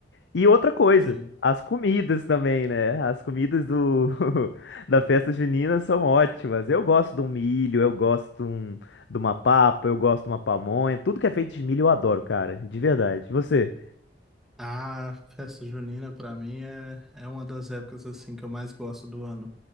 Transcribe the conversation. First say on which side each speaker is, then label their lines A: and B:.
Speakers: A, on the left; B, in the centre.
A: E outra coisa,
B: sim.
A: as comidas também, né? As comidas do <laughs> da
B: <laughs>
A: festa junina são ótimas. Eu gosto de um milho, eu gosto de, um- de uma papa, eu gosto de uma pamonha. Tudo que é feito de milho eu adoro, cara, de verdade. E Você?
B: Ah, festa junina pra mim é, é uma das épocas assim que eu mais gosto do ano.